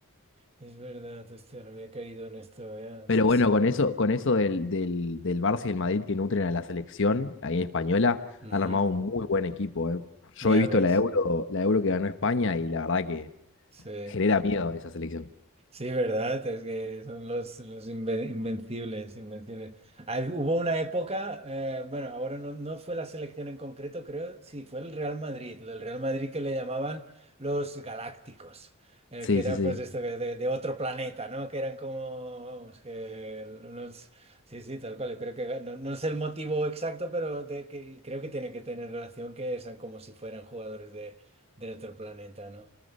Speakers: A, on the right; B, on the left.
A: es verdad, hostia, no había caído en esto, ya,
B: Pero
A: sí,
B: bueno,
A: sí.
B: con eso, con eso del, del, del Barça y el Madrid que nutren a la selección, ahí en española,
A: Ujú,
B: han armado un muy buen equipo, eh. Yo
A: Ya
B: he visto
A: ves,
B: la Euro, la Euro que ganó España y la verdad que
A: sí.
B: genera miedo esa selección.
A: Sí, verdad, es que son los, los inve- invencibles, invencibles. Hay- hubo una época, eh, bueno, ahora no, no fue la selección en concreto, creo, sí, fue el Real Madrid, el Real Madrid que le llamaban los Galácticos, eh,
B: Sí,
A: que era
B: sí, sí.
A: pues esto que de, de otro planeta, ¿no? Que eran como, vamos, que unos, sí, sí, tal cual, yo creo que no, no sé el motivo exacto, pero de que, creo que tiene que tener relación que sean como si fueran jugadores de, de otro planeta, ¿no?